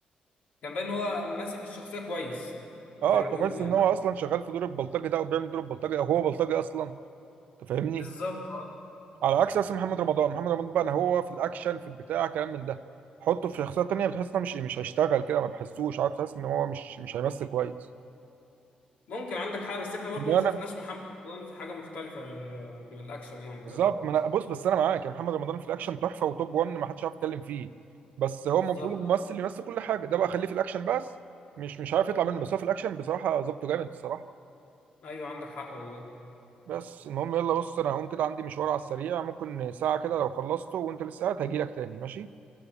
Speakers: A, on the left; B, on the right.
A: كان باين ان هو ماسك الشخصيه كويس
B: اه
A: زي ما بيقولوا
B: تحس
A: يعني
B: ان هو اصلا شغال في دور البلطجي ده او بيعمل دور البلطجي او هو بلطجي اصلا انت فاهمني
A: بالظبط اه
B: على عكس اسم محمد رمضان محمد رمضان بقى أنا هو في الاكشن في البتاع كلام من ده حطه في شخصيه تانيه بتحس انه مش مش هيشتغل كده ما بحسوش عارف تحس ان هو مش مش هيمثل كويس
A: ممكن عندك حاجه بس احنا برضو
B: انما
A: ما شفناش
B: انا
A: محمد رمضان في حاجه مختلفه غير غير الاكشن يعني لغايه
B: بالظبط
A: دلوقتي
B: ما انا بص بس انا معاك يا محمد رمضان في الاكشن تحفه وتوب 1 ما حدش عارف يتكلم فيه بس هو
A: بالظبط
B: المفروض الممثل يمثل كل حاجه ده بقى خليه في الاكشن بس مش مش عارف يطلع منه بس هو في الاكشن بصراحه ظبطه جامد الصراحه
A: ايوه عندك حق والله
B: بس المهم يلا بص انا هقوم كده عندي مشوار على السريع ممكن ساعه كده لو خلصته وانت لسه قاعد هجيلك تاني ماشي